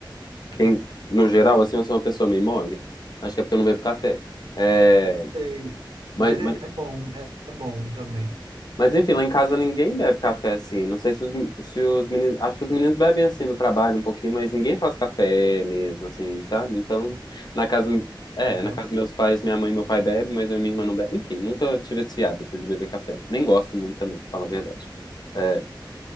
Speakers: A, on the left; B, on the right.
A: Quem,
B: <laughs>
A: no geral, assim, eu sou uma pessoa meio mole. Acho que é porque eu não bebo café. É...
B: Sei.
A: Mas,
B: Mas é,
A: mas,
B: é bom, é, é bom também.
A: Mas enfim, lá em casa ninguém bebe café assim. Não sei se os, se os meninos. Acho que os meninos bebem assim no trabalho um pouquinho, mas ninguém faz café mesmo, assim, sabe? Então, na casa. É,
B: Nossa.
A: na casa dos meus pais, minha mãe e meu pai bebem, mas eu e minha irmã não bebe. Enfim, nunca tive esse hábito de beber café. Nem gosto muito também, pra falar a verdade. É,